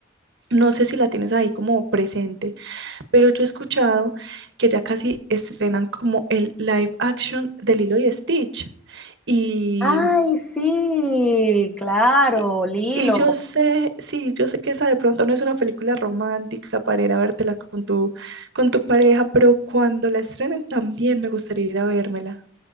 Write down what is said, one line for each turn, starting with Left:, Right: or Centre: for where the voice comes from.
Right: no sé si la tienes ahí como presente, pero yo he escuchado que ya casi estrenan como el live action de Lilo y Stitch y
Centre: Ay, sí, claro,
Right: y,
Centre: Lilo.
Right: y yo sé, sí, yo sé que esa de pronto no es una película romántica para ir a vértela con tu, con tu pareja, pero cuando la estrenen también me gustaría ir a vérmela.